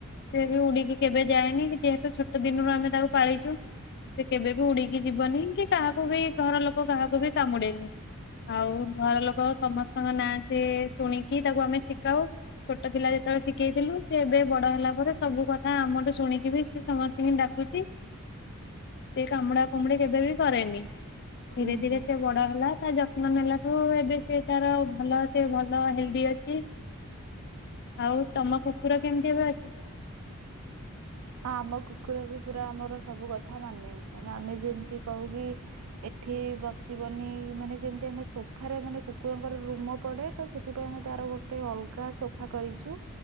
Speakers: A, on the left; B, on the right.
A: ସେ ବି ଉଡିକି କେବେ ଯାଏନି ଯେହେତୁ ଛୋଟ ଦିନରୁ ଆମେ ତାକୁ ପାଳିଛୁ ସେ କେବେ ବି ଉଡିକି ଯିବନି କି କାହାକୁ ବି ଘର ଲୋକ କାହାକୁ ବି କାମୁଡେନି। ଆଉ ଘର ଲୋକ ସମସ୍ତଙ୍କ ନାଁ ସେ ଶୁଣିକି ତାକୁ ଆମେ ଶିଖାଉ ଛୋଟ ଥିଲା ଯେତେବେଳେ ଶିଖେଇଥିଲୁ ସେ ଏବେ ବଡ ହେଲା ପରେ ସବୁ କଥା ଆମଠୁ ଶୁଣିକି ବି ସେ ସମସ୍ତିଙ୍କି ଡାକୁଛି ସେ କାମୁଡା କାମୁଡି କେବେ ବି କରେନି। ଧୀରେ
B: ହୁଁ
A: ଧୀରେ
B: ହୁଁ।
A: ସେ ବଡ ହେଲା। ତା ଯତ୍ନ ନେଲା ଠୁ ଏବେ ସେ ତାର ଭଲ ସେ ଭଲ ନ ହିନ୍ଦୀ ଅଛି। ଆଉ ତମ କୁକୁର କେମିତି ଏବେ ଅଛି?
B: ହଁ ଆମ କୁକୁର ବି ପୁରା ଆମର ସବୁ କଥା ମାନେ ମାନେ ଆମେ ଯେମତି କହୁ କି ଏଠି ବସିବନି ମାନେ ଯେମତି ଆମେ ସୋଫାରେ ମାନେ କୁକୁରଙ୍କର ରୁମ ପଡ଼େ ତ ସେଥିପାଇଁ ଆମେ ତାର ଗୋଟେ ଅଲଗା ସୋଫା କରିଛୁ